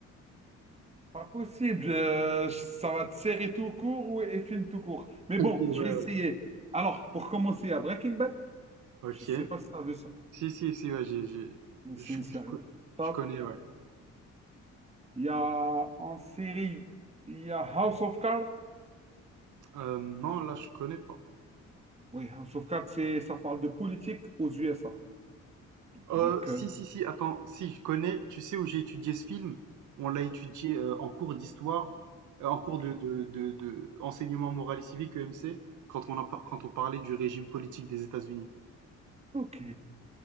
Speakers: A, on the right; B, on the right.
A: Pas possible. euh, ça va être série tout court ou et film tout court. Mais
B: Ok,
A: bon,
B: ouais,
A: je vais essayer.
B: ouais.
A: Alors, pour commencer, à Breaking Bad.
B: Ok.
A: Je sais pas si tu as vu ça.
B: Si, si, si, ouais, j'ai, j'ai,
A: mais
B: je,
A: C'est
B: je,
A: une série
B: co-
A: top.
B: je connais, ouais.
A: Il y a en série, il y a House of Cards.
B: Euh, non, là, je connais pas.
A: Oui, House of Cards, c'est, ça parle de politique aux USA.
B: Heu,
A: Donc,
B: si,
A: euh,
B: si, si, attends, si, je connais. Tu sais où j'ai étudié ce film? On l'a étudié, heu, en cours d'histoire, heu, en cours
A: ok,
B: de de de de enseignement moral et civique, EMC, quand on a par quand on parlait du régime politique des États-Unis.
A: ok,